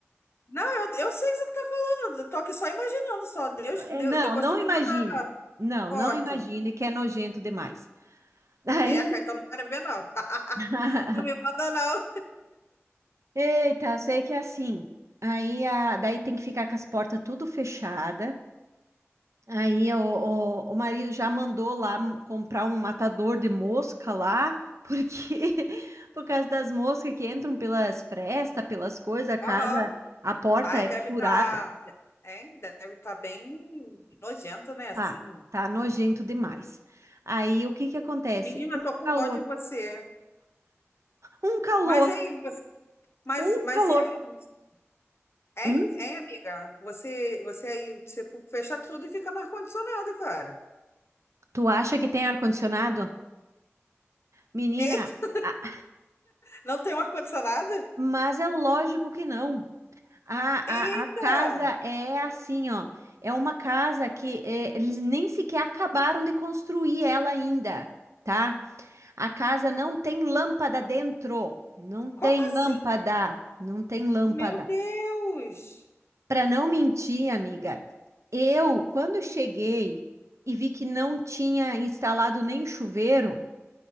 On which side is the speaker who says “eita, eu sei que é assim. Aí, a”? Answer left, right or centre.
Right